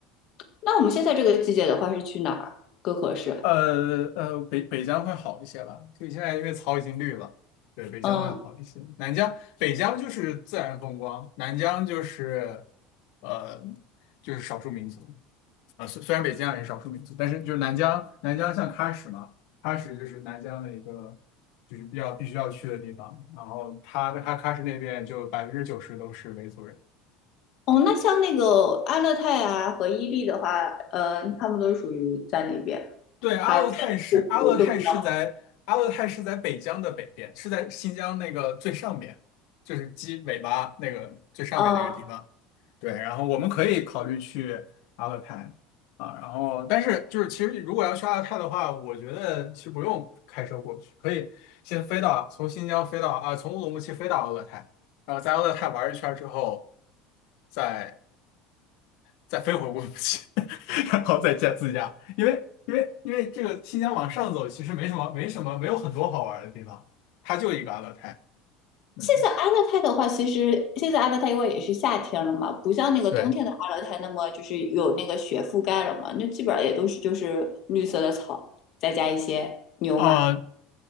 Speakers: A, on the left; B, on the left.
A: 那我们现在这个季节的话是去哪儿更合适？
B: 呃呃，北北疆会好一些吧，所以现在因为草已经绿了，对，北疆会好一些。
A: 嗯。
B: 南疆，北疆就是自然风光，南疆就是呃就是少数民族啊，虽虽然北疆也是少数民族，但是就是南疆，南疆像喀什嘛，喀什就是南疆的一个就是比较必须要去的地方，然后它的喀喀什那边就百分之九十都是维族人。
A: 哦，那像那个阿勒泰啊和伊利的话，呃，他们都属于在那边。
B: 对，阿勒泰是阿勒泰是在阿勒泰是在北疆的北边，
A: 还有护肤就比较
B: 是在新疆那个最上边，就是鸡尾巴那个最上面那个地方。
A: 呃，
B: 对，然后我们可以考虑去阿勒泰啊，然后但是就是其实如果要去阿勒泰的话，我觉得其实不用开车过去，可以先飞到从新疆飞到啊，从乌鲁木齐飞到阿勒泰，然后在阿勒泰玩一圈之后，再再飞回乌鲁木齐，<laughs> 然后再加自驾，因为因为因为这个新疆往上走其实没什么没什么没有很多好玩的地方，它就一个阿勒泰。嗯，
A: 现在阿勒泰的话，其实现在阿勒泰因为也是夏天了嘛，不像那个冬天的阿勒泰那么就是有那个雪覆盖了嘛，
B: 对，
A: 那基本上也都是就是绿色的草，再加一些牛马，
B: 呃